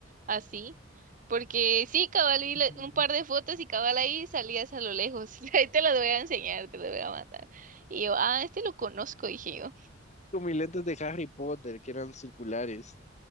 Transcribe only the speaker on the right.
así. Porque sí, cabal, vi
la- un par de fotos y cabal ahí salías a lo lejos. <laughs> Ahí te las voy a enseñar, te las voy a mandar. Y yo, ah, este lo conozco, dije yo.